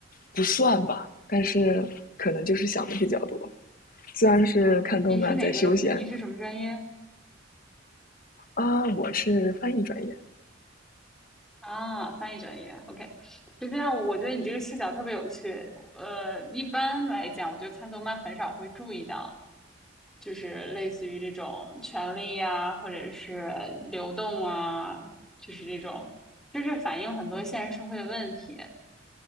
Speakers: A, on the left; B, in the centre.
A: 不算吧，但是可能就是想的比较多。虽然是看动漫在休闲，
B: 你是哪个？你你是什么专业
A: 啊，我是翻译专业，
B: 啊？翻译专业，OK。就这样，我我觉得你这个视角特别有趣。呃，一般来讲，我觉得看动漫很少会注意到，就是类似于这种权力呀、或者是流动啊，就是这种，就是反映很多现实社会的问题。